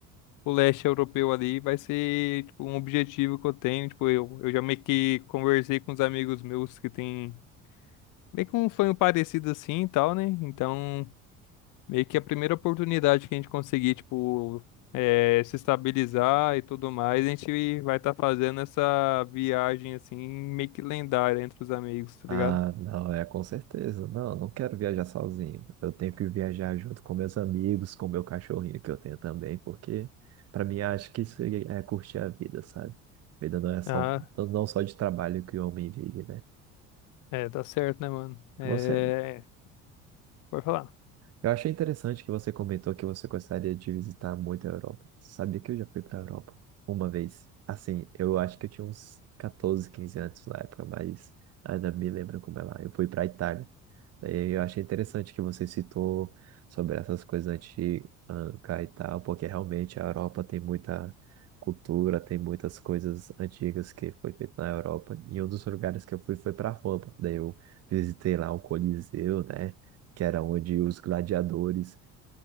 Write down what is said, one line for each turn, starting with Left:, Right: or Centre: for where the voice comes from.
Left: pro leste europeu ali, vai ser, tipo, um objetivo que eu tenho. Tipo, eu, eu já meio que conversei com os amigos meus que tem meio que um sonho parecido assim e tal, né? Então. Meio que a primeira oportunidade que a gente conseguir, tipo, eh, se estabilizar e tudo mais, a gente vai estar fazendo essa viagem, assim, meio que lendária entre os amigos, tá ligado?
Right: Ah, não, é com certeza. Não, não quero viajar sozinho. Eu tenho que viajar junto com meus amigos, com meu cachorrinho que eu tenho também, porque para mim acho que isso é curtir a vida, sabe? Vida não é só
Left: Ah,
Right: não só de trabalho que o homem vive, né?
Left: é, tá certo, né, mano? É,
Right: Você
Left: pode falar.
Right: Eu achei interessante que você comentou que você gostaria de visitar muito a Europa. Sabia que eu já fui para a Europa uma vez. Assim, eu acho que eu tinha uns 14, 15 anos na época, mas ainda me lembro como é lá. Eu fui para a Itália. Daí eu achei interessante que você citou sobre essas coisas antigas e tal, porque realmente a Europa tem muita cultura, tem muitas coisas antigas que foi feita na Europa. E um dos lugares que eu fui foi para Roma. Daí eu visitei lá o Coliseu, né? que era onde os gladiadores